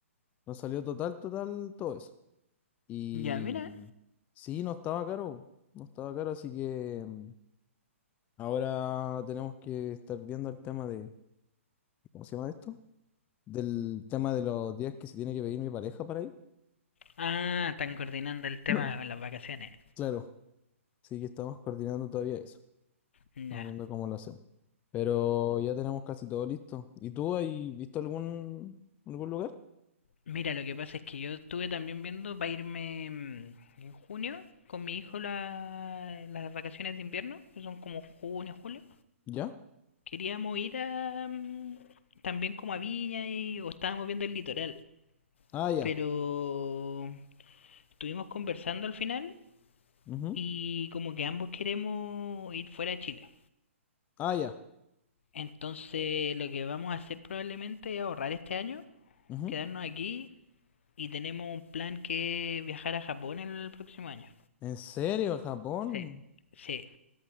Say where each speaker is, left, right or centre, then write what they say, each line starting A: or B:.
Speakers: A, on the left; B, on the left.
A: Nos salió total, total, todo eso. Y
B: Ya, mira.
A: sí, no estaba caro, no estaba caro, así que... mm, Ahora tenemos que estar viendo el tema de, ¿cómo se llama esto? Del tema de los días que se tiene que pedir mi pareja para ir. <laughs>
B: Ah, están coordinando el tema
A: No.
B: de las vacaciones.
A: Claro, sí que estamos coordinando todavía eso,
B: Ya.
A: estamos viendo cómo lo hacemos. Pero ya tenemos casi todo listo. ¿Y tú has visto algún, algún lugar?
B: Mira, lo que pasa es que yo estuve también viendo para irme mm, en junio con mi hijo la- las vacaciones de invierno, que son como junio, julio.
A: ¿Ya?
B: Queríamos ir a, mm, también como a Viña y, o estábamos viendo el litoral,
A: Ah, ya.
B: pero estuvimos conversando al final
A: Ujú.
B: y como que ambos queremos ir fuera de Chile.
A: Ah, ya.
B: Entonces lo que vamos a hacer probablemente es ahorrar este año,
A: Ujú.
B: quedarnos aquí y tenemos un plan que es viajar a Japón el próximo año.
A: ¿En serio, Japón?
B: Sí. Sí,